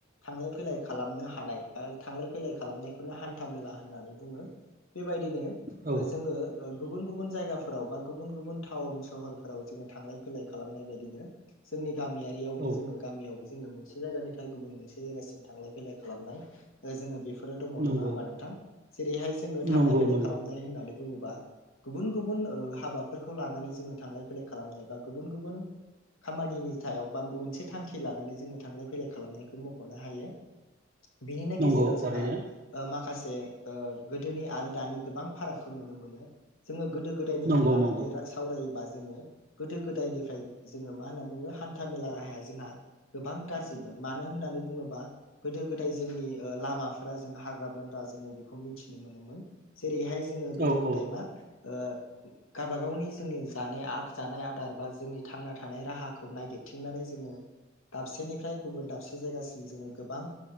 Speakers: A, on the left; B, on the right.
A: थांलाय फैलाय खालामनो हानाय ओ थांलाय -फैलाय खालामनायखौनो हान्था- मेला होननानै बुङो बेबायदिनो
B: औ
A: ओ जोङो ओं गुबुन-गुबुन जायगाफोराव बा गुबुन-गुबुन टाउन सहरफोराव जोङो थांलाय फैलाय खालामनाय बायदिनो जोंनि गामियारियावबो
B: औ
A: जोङो गामियावबो जोङो मोनसे जायगानिफ्राय गुबुन मोनसे जायगासिम थांलाय - फैलाय खालामनाय ओ जोङो बे फोरनो दङ
B: नंगौ
A: नङा होमबा नोंथां जेरैहाय जोङो थांलाय
B: नंगौ
A: फैलाय
B: नंगौ
A: खालामनाय होननानै बुङोबा गुबुन-गुबुन ओ हाबाफोरखौ लानानै जोङो थांलाय- फैलाय खालामनाय बा गुबुन-गुबुन खामानिनि थायाव बा मोनसे थांखि लानानै जोङो थांलाय फैलाय खालामनायखौ मख'नो हायो बिनिनो
B: नंगौ
A: गेजेराव
B: थारैनो
A: जोंहा ओ माखासे हे ओ गोदोनि आरो दानि गोबां फारागखौ नुनो मोनो जोङो गोद दो गोदायनिफ्राय
B: नंगौ
A: लानानै
B: नंगौ
A: ला सावरायोबा जोङो गोदो गोदायनिफ्राय जोङो मा होनना बुङो हान्था मेला राहाया जोंहा गोबां गाज्रिमोन मानो होननानै बुङोबा गोदो गोदाय जोंनि ओ लामाफोरा जों हाग्रा बंग्रा जोङो बेखौ मिथिनो मोनोमोन जेरैहाय जोङो गोदो
B: औ
A: गोदाय
B: औ
A: मा ओ गाबा गावनि जोंनि जानाय आद जानाय आदार बा जोंनि थांना था हानाय राहाखौ नागिरथिंनानै जोङो दाबसेनिफ्राय गुबुन दाबसे जायगासिम जोङो गोबां